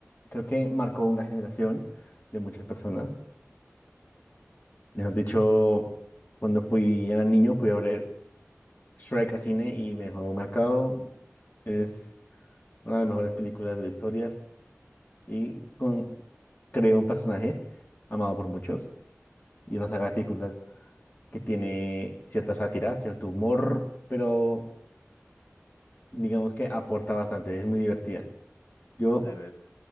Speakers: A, on the left; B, on the left.
A: creo que marcó una generación de muchas personas. Mejor dicho, cuando fui, era niño, fui a ver Shrek a cine y me dejó marcado. Es una de las mejores películas de la historia y con, creó un personaje amado por muchos y una saga de películas que tiene cierta sátira, cierto humor, pero digamos que aporta bastante, es muy divertida. Yo
B: La verdad es.